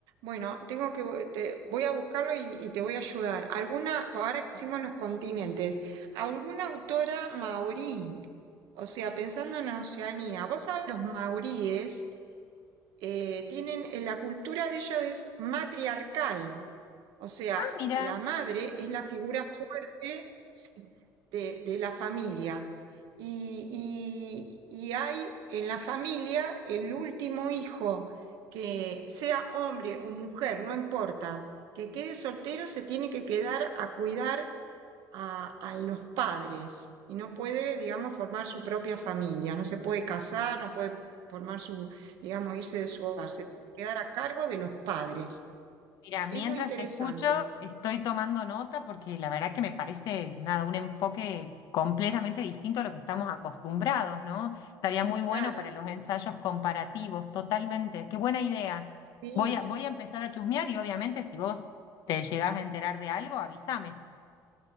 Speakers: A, on the right; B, on the left.
A: bueno, tengo que, bu- te- voy a buscarlo y, y te voy a ayudar. Alguna, pues ahora que hicimos los continentes, alguna autora maorí, o sea, pensando en Oceanía, vos sabés los maoríes eh, tienen, eh, la cultura de ellos es matriarcal, o sea,
B: Ah, mira.
A: la madre es la figura fuerte sí, de, de la familia. Y, y- y hay en la familia el último hijo, que sea hombre o mujer, no importa, que quede soltero, se tiene que quedar a cuidar a, a los padres y no puede, digamos, formar su propia familia, no se puede casar, no puede formar su, digamos, irse de su hogar, se tiene que quedar a cargo de los padres.
B: Mira, mientras
A: Es muy interesante.
B: te escucho, estoy tomando nota porque la verdad que me parece nada, un enfoque completamente distinto a lo que estamos acostumbrados, ¿no? Estaría muy bueno
A: Claro,
B: para los ensayos comparativos, totalmente. Qué buena idea.
A: sí,
B: Voy a, voy a empezar a chusmear y obviamente si vos te llegás a enterar de algo, avísame.